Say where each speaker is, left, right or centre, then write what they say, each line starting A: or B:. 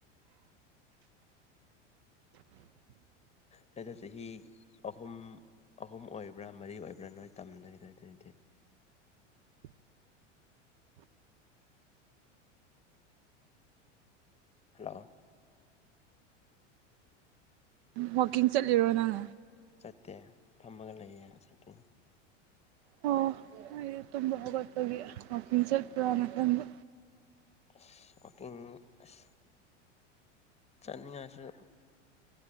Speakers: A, on the right; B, on the left.
A: <inaudible>
B: ꯅꯣꯏꯗꯣ ꯆꯍꯤ ꯑꯍꯨꯝ ꯑꯍꯨꯝ ꯑꯣꯏꯕ꯭ꯔꯥ ꯃꯔꯤ ꯑꯣꯏꯕ꯭ꯔꯥ ꯅꯣꯏ ꯇꯝꯗꯣꯏꯗꯨꯗꯤꯗꯤ
A: <inaudible>
B: ꯍꯜꯂꯣ
A: ꯋꯥꯋꯀꯤꯡ ꯆꯠꯂꯤꯔꯣ ꯅꯪ
B: ꯆꯠꯇꯦ ꯐꯝꯃꯒ ꯂꯩꯌꯦ ꯍꯧꯖꯤꯛꯇꯤ
A: ꯑꯣ ꯑꯩ ꯇꯨꯝꯕ ꯍꯧꯒꯠꯄꯒꯤ ꯐꯝꯕꯤ ꯆꯠꯄ꯭ꯔꯥꯅ ꯈꯟꯕ
B: ꯑꯁ ꯋꯥꯀꯤꯡ ꯑꯁ ꯆꯠꯅꯤꯡꯉꯥꯢꯁꯨ